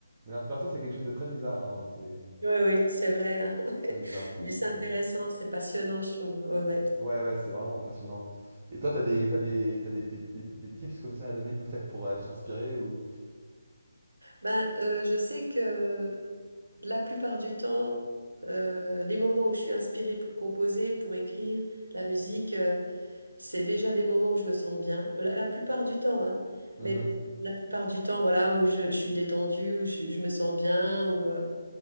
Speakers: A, on the right; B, on the right.
A: Mais l'inspiration, c'est quelque chose de très bizarre, hein, c'est
B: ouais, ouais, c'est vrai, hein. <laughs>
A: très bizarre.
B: Mais c'est
A: Mm.
B: intéressant, c'est passionnant, je trouve. Ouais, ouais.
A: Ouais, ouais, ouais, c'est vraiment passionnant. Et toi, t'as des, t'as des, t'as des, des, des- des tips comme ça à donner <laughs> peut-être pour être inspiré ou...
B: Ben, euh, je sais que la plupart du temps, euh, les moments où je suis inspirée pour composer, pour écrire la musique, euh, C'est déjà des moments où je me sens bien, la, la plupart du temps, hein.
A: Mhm,
B: Mais la plupart du temps, voilà, où je, je suis détendue, où je, je me sens bien, où euh,